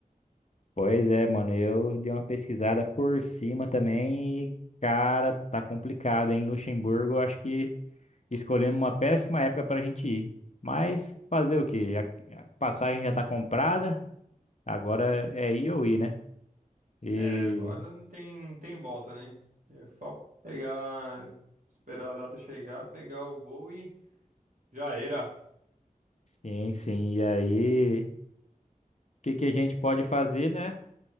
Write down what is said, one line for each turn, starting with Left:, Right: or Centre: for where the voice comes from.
Left: Pois é, mano, eu dei uma pesquisada por cima também e, cara, tá complicado, hein? Luxemburgo, eu acho que escolhemos uma péssima época pra gente ir. Mas fazer o quê? Já- A passagem já tá comprada, agora é ir ou ir, né? E,
Right: É, agora não tem, tem volta, né? É só pegar, esperar a data chegar, pegar o voo e já era.
Left: sim, sim, e aí? que, que a gente pode fazer, né?